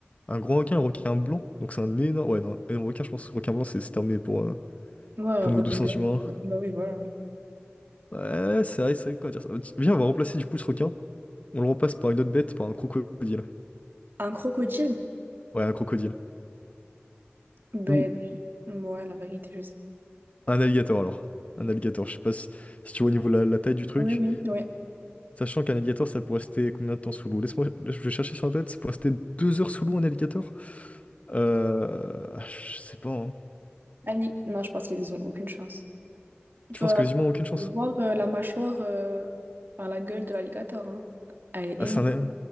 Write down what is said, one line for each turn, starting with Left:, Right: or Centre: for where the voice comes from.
Left: un grand requin, un requin blanc. Donc c'est un énorme, ouais, non, un énorme requin. Je pense que requin blanc, c'est c'est terminé pour, euh,
Right: ouais,
Left: pour
Right: requin
Left: nos deux sens
Right: blanc.
Left: humains.
Right: euh, Bah oui, voilà.
Left: Ouais, c'est vrai, c'est vrai, Comment dire ça. Ti- Viens, on va remplacer du coup ce requin. On le remplace par une autre bête, par un crocodile.
Right: Un crocodile?
Left: Ouais, un crocodile.
Right: Ben,
Left: Ou
Right: ouais, la vérité, je sais.
Left: un alligator alors. Un alligator, je sais pas si, si tu vois au niveau de la, la taille du truc.
Right: Oui, oui, oui.
Left: Sachant qu'un alligator, ça peut rester combien de temps sous l'eau? Laisse-moi, je vais chercher sur Internet, ça peut rester deux heures sous l'eau, un alligator. Euh, ah, je sais pas, hein.
Right: Ali, non, je pense qu'ils ont aucune chance. Il
Left: Tu
Right: faut
Left: penses que les humains ont aucune chance?
Right: voir euh, la mâchoire, euh, enfin, la gueule de l'alligator. hein. Elle est
Left: Ah,
Right: énorme.
Left: c'est un...